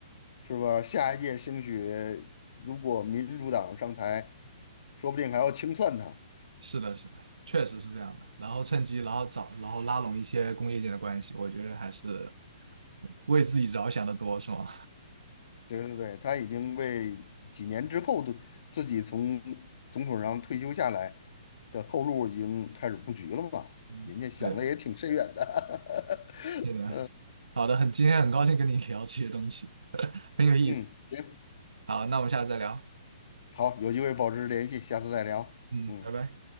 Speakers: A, on the left; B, on the right.
A: 是吧？下一届兴许如果民主党上台，说不定还要清算他。
B: 是的，是的，确实是这样的。然后趁机，然后找，然后拉拢一些工业界的关系，我觉得还是为自己着想的多，是吗？
A: 对对对，他已经为几年之后的自己从总统上退休下来的后路已经开始布局了嘛，人家想的也挺深远的。
B: <laughs> 对，对的。
A: <laughs>
B: 好的，很，今天很高兴跟你聊这些东西，<laughs> 很有意思。
A: 嗯，行，
B: 好，那我们下次再聊。
A: 好，有机会保持联系，下次再聊。
B: 嗯，
A: 嗯。
B: 拜拜。